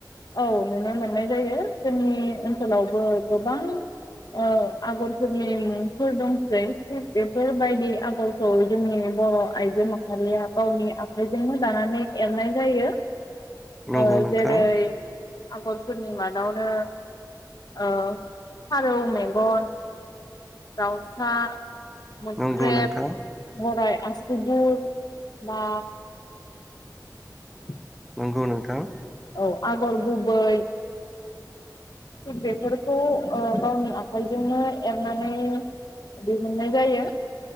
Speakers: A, on the left; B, in the centre.
A: औ नुनो मोननाय जायो जोंनि ओनसोलावबो गोबां ओ आगरफोरनि मुंफोर दंसै थिग बेफोरबायदि आगरखौ जोंनि बर आइजो माहारिया गावनि आखाइजोंनो दानानै एरनाय जायो
B: नंगौ
A: ओ
B: नोंथां
A: जेरै आगरफोरनि मादावनो ओ फारौ मेगन दाउसा मोख्रेब
B: नंगौ नोंथां
A: बराइ आसुगुर बा लांदां
B: नंगौ नोंथां
A: औ आगर गुबै बेसारखौ गावनि आखाइजोंनो एरनानै दिहुननाय जायो।